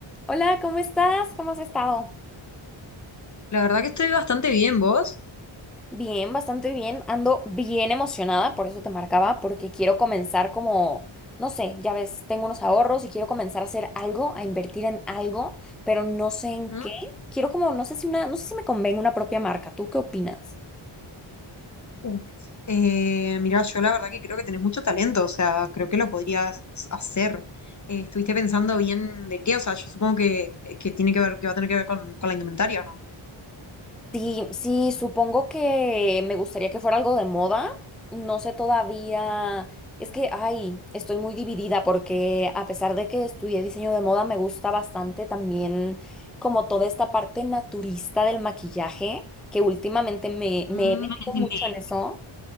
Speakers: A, in the centre; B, on the left.
A: Hola, ¿cómo estás? ¿Cómo has estado?
B: La verdad que estoy bastante bien, vos.
A: Bien, bastante bien. Ando bien emocionada, por eso te marcaba, porque quiero comenzar como, no sé, ya ves, tengo unos ahorros y quiero comenzar a hacer algo, a invertir en algo, pero no sé en
B: Ujú.
A: qué. Quiero como, no sé si una, no sé si me convenga una propia marca. ¿Tú qué opinas?
B: Uf, Eh, mirá, yo la verdad que creo que tenés mucho talento, o sea, creo que lo podrías hacer. Eh, ¿estuviste pensando bien de qué? O sea, yo supongo que, que tiene que ver, que va a tener que ver con, con la indumentaria, ¿o no?
A: Sí, sí, supongo que me gustaría que fuera algo de moda. No sé todavía. Es que, ay, estoy muy dividida porque a pesar de que estudié diseño de moda, me gusta bastante también como toda esta parte naturista del maquillaje, que últimamente me,
B: Mm,
A: me he metido
B: entendí.
A: mucho en eso